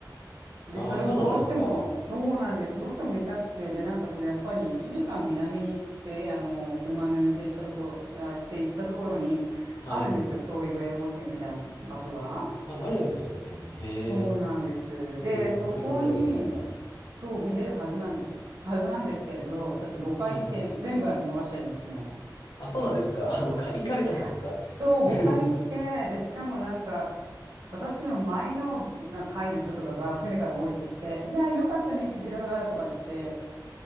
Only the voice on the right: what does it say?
で、
それをどうしても、
そうなんです。どうしても見たくて、で、なんかそのやっぱり1時間南に行って、あの、車の運転したところ、あ、して行ったところに、
あるんですよ。そういうウェルウォッチングみたいな場所が。
そうなんです。で、
そこに、そう見れるはずなんです。はずなんですけれど、私5回行って全部逃してるんですね。
一回、そう、
5回行って、で、しかもなんか、私の前のなんか会の人とかが船から降りてきて、いや、よかったね、クジラが、とか言って、